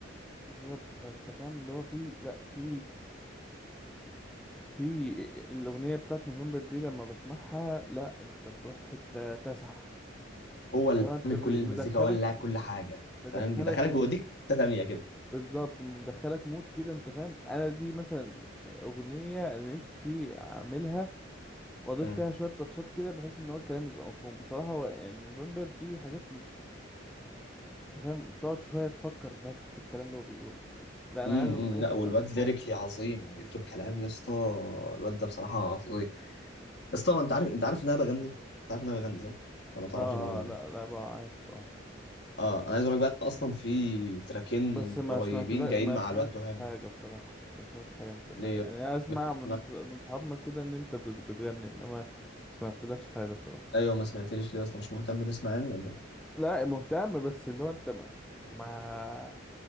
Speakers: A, in the centre; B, on the left.
A: بالظبط فانت فاهم اللي هو في لا في في الاغنيه بتاعت نوفمبر دي لما بسمعها لا انت بتروح في حته تسعة
B: هو
A: اللي
B: اللي
A: هو انت
B: عامل
A: بي-
B: كل المزيكا
A: مدخلك
B: هو اللي لاعب
A: في
B: كل حاجه
A: مدخلك
B: فاهم بيدخلك
A: في
B: بيوديك في حته تانيه كده
A: بالظبط مدخلك مود كده انت فاهم انا دي مثلا اغنيه انا نفسي اعملها واضيف
B: امم
A: فيها شويه تاتشات كده بحيث ان هو الكلام يبقى مفهوم بصراحه هو يعني نوفمبر فيه حاجات مش انت فاهم تقعد شويه تفكر بس في الكلام اللي هو بيقوله لا انا
B: امم
A: عايز اغنيه
B: لا
A: تبقى
B: والواد
A: مفهوم
B: ليريكلي عظيم بيكتب كلام يا اسطى الواد ده بصراحه فظيع يا اسطى انت عارف انت عارف ان انا بغني انت عارف ان انا بغني صح ولا ما تعرفش
A: اه
B: المعلومه
A: آه، لا
B: دي
A: لا بقى عارف اه
B: اه انا عايز اقول لك بقى إن اصلا في تراكين
A: بس ما
B: قريبين
A: سمعت لا
B: جايين
A: ما
B: مع
A: سمعتش
B: الواد تهامي
A: حاجة بصراحة ما سمعتش حاجة انت ما
B: ليه
A: يعني اسمع من
B: ما...
A: ص- من صحابنا كده ان انت بت- بتغني انما ما سمعتلكش حاجة بصراحة
B: ايوه ما سمعتليش ليه اصلا مش مهتم تسمعني ولا ايه
A: لا مهتم بس اللي هو انت ما, ما